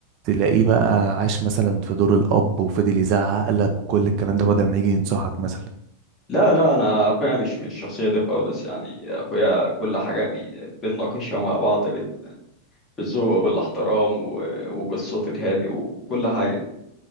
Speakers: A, on the right; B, on the left.
A: تلاقيه بقى عاش مثلا في دور الاب وفضل يزعق لك وكل الكلام ده بدل ما يجي ينصحك مثلا
B: لا لا انا اخويا مش مش الشخصيه دي خالص يعني اخويا كل حاجه بي- بنناقشها مع بعض بال- بالذوق وبالاحترام و- وبالصوت الهادي وكل حاجه